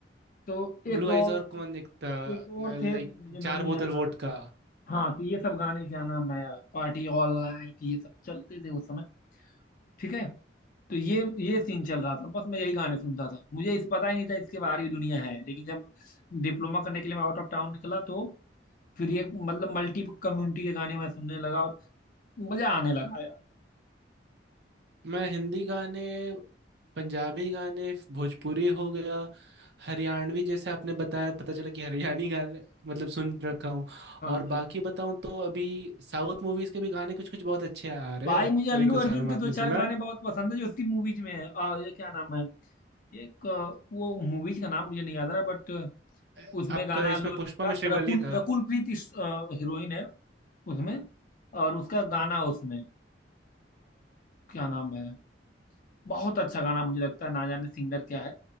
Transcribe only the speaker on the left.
तो एक
दो
और
एक दो और
थे मुझे नाम
नहीं
याद आ
रहा
हाँ तो ये सब गाने क्या नाम है पार्टी ऑल नाइट ये सब चलते थे उस समय ठीक है तो ये ये सीन चल रहा था बस मैं यही गाने सुनता था मुझे इस पता ही नहीं था इसके बाहर भी दुनिया है लेकिन जब डिप्लोमा करने के लिए मैं आउट ऑफ टाउन निकला तो फिर ये मतलब मल्टी कम्युनिटी के गाने मैं सुनने लगा और मजा आने लगा यार
हाँ
हाँ
भाई
मुझे अल्लू
अर्जुन
के
दो चार
गाने बहुत पसंद है जो उसकी मूवीज में है आ, ये क्या नाम है एक अ, वो मूवीज का नाम मुझे नहीं याद आ रहा बट
उसमें
गाना
अल्लू अर्जुन
का
रकुल
रकुल प्रीत इस हीरोइन है उसमें और उसका गाना उसमें अ, क्या नाम है बहुत अच्छा गाना मुझे लगता है ना जाने सिंगर क्या है